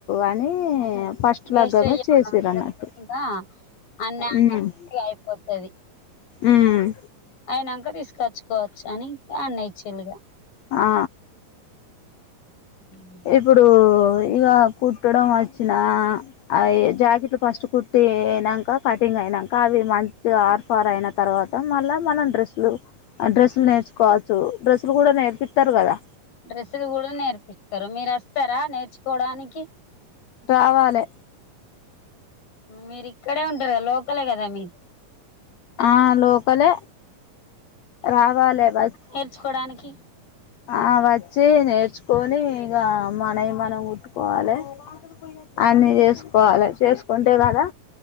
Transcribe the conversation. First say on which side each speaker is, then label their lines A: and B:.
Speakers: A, on the left; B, on the left.
A: అనీ ఫస్ట్
B: వేస్ట్
A: లగ్గమే
B: చెయ్యకుండా
A: చేసిరన్నట్టు
B: అన్ని ఆన్నే
A: ఉమ్
B: అయిపోతది
A: ఉమ్
B: అయినంక దీసుకచ్చుకోవచ్చు అని అన్నె ఇచ్చిలిగా
A: ఆ
B: ఉమ్
A: ఇప్పుడూ ఇగ కుట్టడం వచ్చినా అవి జాకీట్లు ఫస్ట్ కుట్టీ నంక కటింగ్ అయినంక అవి మంచిగా ఆర్ ఫార్ అయిన తర్వాత మళ్ళా మనం డ్రెస్సులు ఆ డ్రెస్సులు నేర్చుకోవచ్చు డ్రెస్సులు గూడ నేర్పిత్తరు గదా
B: డ్రెస్సులు గూడ నేర్పిత్తరు మీరు అస్తారా నేర్చుకోడానికి
A: రావాలే
B: మీరు ఇక్కడే ఉంటరు గద లోకలే గదా మీది
A: ఆ లోకలే రావాలె వచ్
B: నేర్చుకోడానికి
A: ఆ వచ్చి నేర్చుకొని ఇగ మనయి మనం కుట్టుకోవాలే అన్నీ చేసుకోవాలే చేసుకుంటే గదా